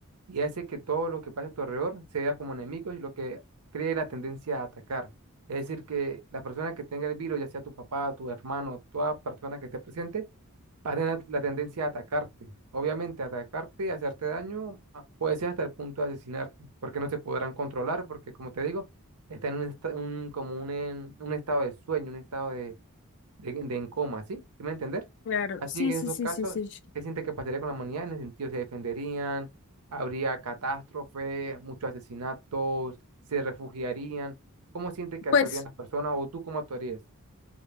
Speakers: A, on the right; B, on the left.
A: y hace que todo lo que pasa a tu alrededor se vea como enemigos y lo que cree la tendencia a atacar. Es decir, que la persona que tenga el virus, ya sea tu papá, tu hermano, toda persona que esté presente, va a tener la tendencia a atacarte. Obviamente, atacarte, hacerte daño, ah, puede ser hasta el punto de asesinarte, porque no se podrán controlar, porque como te digo, está en un, esta- un- como un, en- un estado de sueño, un estado de, de, de en coma, ¿sí? ¿Sí me va a entender?
B: claro,
A: Así
B: sí,
A: que
B: sí,
A: en esos
B: sí,
A: casos,
B: sí, sí.
A: ¿qué siente que pasaría con la humanidad? En el sentido, se defenderían, habría catástrofe, muchos asesinatos, se refugiarían. ¿Cómo siente que actuarían
B: Pues,
A: las personas o tú cómo actuarías?